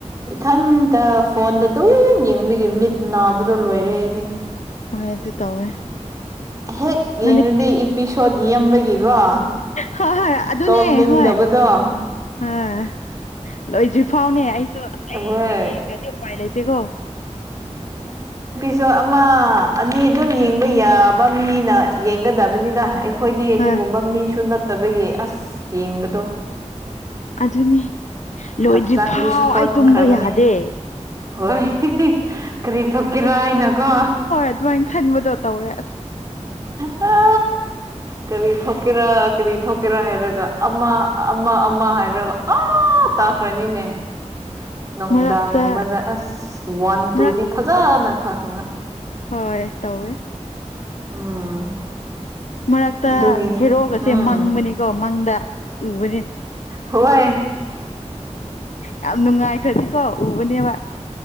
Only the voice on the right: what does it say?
ꯏꯊꯟꯇ ꯐꯣꯟꯗ ꯑꯗꯨꯝ ꯌꯦꯡꯕꯤꯒꯤ ꯃꯤꯠ ꯅꯥꯕꯗꯣ ꯂꯣꯏꯔꯦ ꯑꯩꯗꯤ
ꯍꯦꯛ
ꯌꯦꯡꯉꯨꯗꯤ ꯏꯄꯤꯁꯣꯠ ꯌꯕꯒꯤꯀꯣ
ꯇꯣꯛꯞꯅꯤꯡꯗꯕꯗ
ꯗ
ꯍꯣꯏ
ꯁꯣ ꯑꯃ ꯑꯅꯤ ꯑꯗꯨꯝ ꯌꯦꯡꯕ ꯌꯥꯕ ꯃꯤꯅ ꯌꯦꯡꯒꯗꯕꯅꯤꯅ ꯑꯩꯈꯣꯏꯗꯤ ꯑꯗꯨꯒꯨꯝꯕ
ꯃꯤꯁꯨ ꯅꯠꯇꯕꯒꯤ ꯑꯁ ꯌꯦꯡꯕꯗꯣ
ꯍꯛꯆꯥꯡꯗꯤ ꯁꯣꯟꯈ꯭ꯔꯕꯅꯦ
ꯍꯣꯏ ꯀꯔꯤ ꯊꯣꯛꯀꯦꯔꯥ ꯍꯥꯏꯅꯀꯣ
ꯇ ꯀꯔꯤ ꯊꯣꯛꯀꯦꯔꯥ ꯀꯔꯤ ꯊꯣꯛꯀꯦꯔꯥ ꯍꯥꯏꯔꯒ ꯑꯃ ꯑꯃ ꯑꯃ ꯍꯥꯏꯔꯒ ꯇ ꯇꯥꯈ꯭ꯔꯅꯤꯅꯦ ꯅꯨꯡꯗꯥꯡꯒꯨꯝꯗ
ꯑꯁ ꯋꯥꯟ ꯇꯨꯗꯤ
ꯐꯖꯅ ꯊꯛꯈ
ꯎꯝ
ꯒꯤ
ꯎꯝ
ꯍꯣꯏ